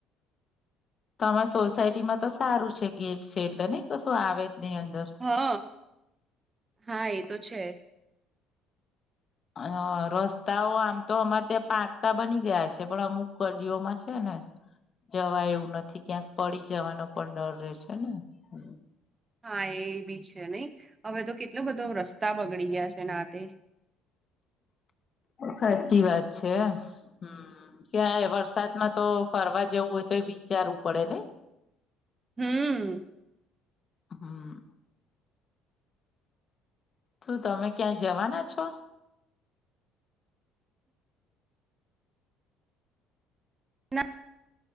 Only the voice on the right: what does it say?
હઅ હા એ તો છે.
હા એ બી છે નહી હવે તો કેટલો બધો રસ્તા બગડી ગયા છે ને આ તે
હમ્મ.
ના